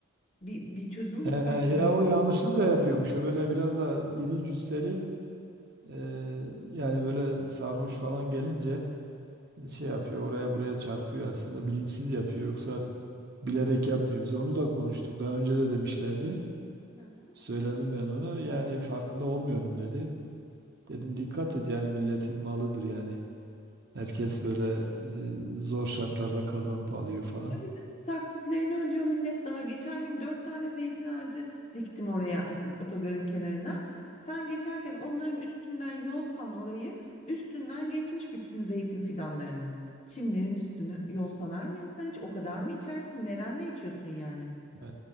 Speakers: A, on the left (about 30°); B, on the right (about 50°).
A: Bir, bir çözüm bulsak.
B: He, ya
A: mı?
B: o yanlışlıkla yapıyormuş. O böyle biraz da iri cüsseli e, yani böyle sarhoş falan gelince şey yapıyor oraya buraya çarpıyor aslında bilinçsiz yapıyor yoksa bilerek yapmıyor. Biz onu da konuştuk daha önce de demişlerdi.
A: Hı hı.
B: Söyledim ben onu yani farkında olmuyorum dedi. Dedim dikkat et yani milletin malıdır yani. Herkes böyle e, zor şartlarda kazanıp alıyor falan.
A: Tabii canım taksitlerini ödüyor millet daha. Geçen gün dört tane zeytin ağacı diktim oraya otogarın kenarına. Sen geçerken onların üstünden yolsan orayı üstünden geçmiş bütün zeytin fidanlarının. Çimlerin üstünü yol sanar mı insan hiç? O kadar mı içersin? Nerenle içiyorsun yani?
B: Ee,